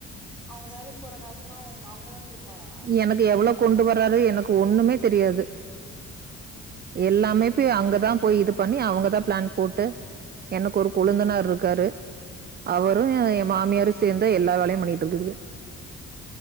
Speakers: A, in the centre; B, on the right.
A: அவங்க வேலைக்கு போற காசுல்லா அவங்க அங்கதா குடுப்பாரா
B: எனக்கு எவ்வளோ கொண்டு வர்றாரு எனக்கு ஒண்ணுமே தெரியாது
A: ம்
B: எல்லாமே போய் அங்கதா போய் இது பண்ணி அவங்கதா பிளான் போட்டு எனக்கு ஒரு கொழுந்தனார்
A: ம்
B: இருக்காரு அவரு
A: ம்
B: எ மாமியாரு சேந்துதா எல்லா வேலையு பண்ணிட்டு இருக்குதுக